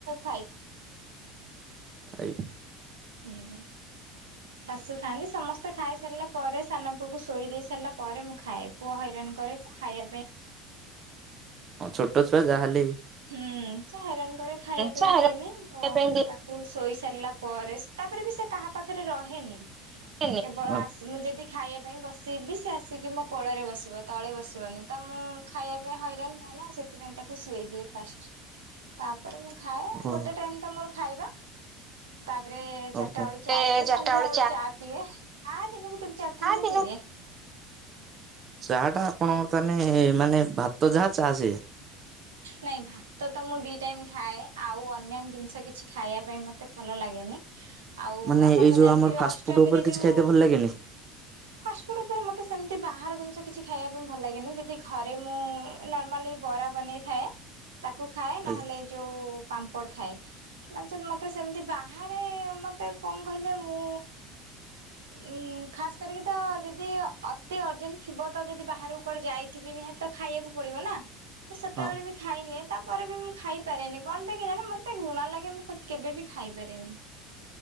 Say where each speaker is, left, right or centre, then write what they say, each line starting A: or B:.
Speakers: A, on the right (about 75°); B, on the right (about 35°).
A: ଫାଇଭ୍।
B: ଖାଇ
A: ହୁଁ। ଶାଶୁ ଖାଆନ୍ତି ସମସ୍ତେ ଖାଇସାରିଲା ପରେ ସାନ ପୁଅକୁ ଶୋଇ ଦେଇ ସାରିଲା ପରେ ମୁଁ ଖାଏ। ପୁଅ ହଇରାଣ କରେ ଖାଇବା ପାଇଁ।
B: ହଁ ଛୋଟ ଛୁଆ ଯାହା ହେଲେ ବି।
A: ହୁଁ, ସେ ହଇରାଣ କରେ ଖାଇବା ପାଇଁ
B: ଚାହା ହେରିକା
A: ଦିଏନି। ତ
B: ପିଇବା ପାଇଁ
A: ତା କୁ ଶୋଇ ସାରିଲା ପରେ ତାପରେ ବି ସେ କାହା ପାଖରେ ରହେନି।
B: ଦିଏନି।
A: କେବଳ
B: ଓ
A: ଆସ ମୁଁ ଯଦି ଖାଇବା ପାଇଁ ବସିବି ସେ ଆସିକି ମୋ କୋଳରେ ବସିବ ତଳେ ବସିବନି। ତ ମୁଁ ଖାଇବା ପାଇଁ ହଇରାଣ ହୁଏନା। ସେଥିପାଇଁ ତାକୁ ଶୁଏଇଦି ଫାଷ୍ଟ, ତାପରେ ମୁଁ ଖାଏ
B: ଓହୋ
A: ଗୋଟେ ଟାଇମ୍ ତ ମୋର ଖାଇବା। ତାପରେ
B: ହଉ
A: ଚାଟାବେଳୁ
B: ହଉ।
A: ଚା
B: ଏ
A: ପିଏ
B: ଚାରିଟା
A: ସନ୍ଧ୍ୟାବେଳୁ
B: ବେଳେ
A: ଚା ପିଏ ଆ ଦିନକୁ ତିନି ଚାରି ଥର ମୁଁ
B: ଦିନେ
A: ପିଇଦିଏ।
B: ଚାହା ଟା ଆପଣଙ୍କର ତାହେ ମାନେ ଭାତ ଯାହା ଚା ସେୟା।
A: ନାଇଁ ଭାତ ତ ମୁଁ ଦି ଟାଇମ ଖାଏ ଆଉ ଅନ୍ୟାନ୍ୟ ଜିନିଷ କିଛି ଖାଇବା ପାଇଁ ମତେ ଭଲ ଲାଗେନି। ଆଉ
B: ମାନେ
A: ଆପଣ
B: ଏଇ
A: ତ
B: ଯୋଉ
A: ଜାଣିଥିବେ
B: ଆମର ଫାଷ୍ଟଫୁଡ୍
A: ଅଷ୍ଟମୀରେ
B: ଉପରେ କିଛି
A: ଯୋଉ
B: ଖାଇତେ ଭଲ ଲାଗେନି
A: ଫାଷ୍ଟ ଫୁଡୁ ଉପରେ ମୋତେ ସେମିତି ବାହାର ଜିନିଷ କିଛି ଖାଇବାକୁ ଭଲ ଲାଗେନି ଯଦି ଘରେ ମୁଁ ନର୍ମାଲି ବରା ବନେଇଥାଏ ତାକୁ ଖାଏ ନହେଲେ
B: ଆଜ୍ଞା
A: ଯୋଉ ପାମ୍ପଡ ଖାଏ। ନଚେତ୍ ମତେ ସେମିତି ବାହାରେ ମତେ କଣ କହିଲେ ମୁଁ ଉଁ ଖାସ କରିକି ତ ଯଦି ଅତି ଅର୍ଜେଣ୍ଟ ଥିବ ତ ଯଦି ବାହାରକୁ କୁଆଡେ ଯାଇଥିବି ନିହାତ ଖାଇବାକୁ ପଡିବ ନା ତ ସେତେବେଳେ
B: ହଁ।
A: ବି ଖାଇନିଏ ତାପରେ ବି ମୁଁ ଖାଇ ଖପାରେନି କଣ ପାଇଁ କେୟାଣୀ ମତେ ଘୃଣା ଲାଗେ ମୁଁ କେବେ ବି ଖାଇପାରେନି।